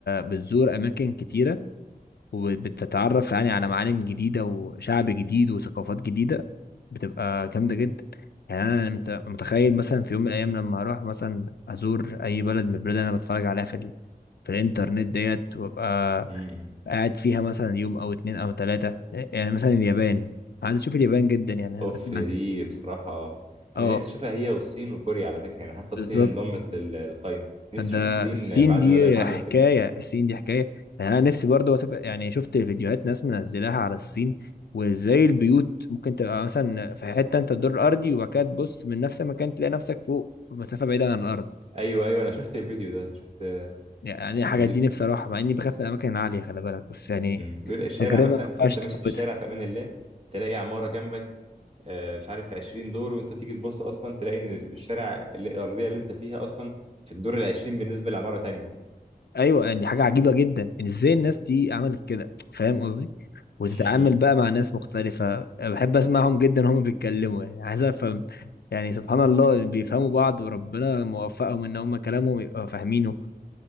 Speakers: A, on the left; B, on the right.
A: بتزور اماكن كتيره وبتتعرف يعني على معالم جديده وشعب جديد وثقافات جديده بتبقى جامده جدا يعني انا مت- متخيل مثلا في يوم من الايام لما اروح مثلا ازور اي بلد من البلاد اللي انا بتفرج عليها في ال... في الانترنت ديت وابقى
B: امم
A: قاعد فيها مثلا يوم او اتنين او تلاته يعني مثلا اليابان عايز اشوف اليابان جدا يعني
B: اوف
A: انا بسمع
B: دي بصراحه
A: اه
B: انا نفسي اشوفها هي والصين وكوريا على فكره يعني حتى الصين
A: بالظبط
B: انضمت لل- للقايمه نفسي
A: ده
B: اشوف الصين
A: الصين
B: بعد
A: دي
B: ما بقت عامله
A: حكاية
B: كده
A: الصين دي حكاية يعني أنا نفسي برضه أسافر يعني شفت فيديوهات ناس منزلاها على الصين وإزاي البيوت ممكن تبقى مثلا في حتة أنت الدور الأرضي وبعد كده تبص من نفس المكان تلاقي نفسك فوق مسافة بعيدة عن الأرض
B: ايوه ايوه انا شفت الفيديو ده شفت آه،
A: يعني الحاجات
B: فيديو
A: دي نفسي أروحها مع إني بخاف من الأماكن العالية خلي بالك بس يعني
B: امم بيقول الشارع
A: تجربة
B: مثلا
A: ما
B: تبقى
A: ينفعش
B: انت
A: تفوتها
B: ماشي في الشارع في امان الله تلاقي عماره جنبك آه، مش عارف 20 دور وانت تيجي تبص اصلا تلاقي ان الشارع اللي- الارضيه اللي انت فيها اصلا في الدور ال 20 بالنسبه لعماره تانية
A: ايوه يعني حاجه عجيبه جدا إن ازاي الناس دي عملت كده فاهم قصدي وتتعامل
B: امم
A: بقى مع ناس مختلفه بحب اسمعهم جدا هم بيتكلموا يعني عايز افهم يعني سبحان الله بيفهموا بعض وربنا موفقهم ان هم كلامهم يبقى فاهمينه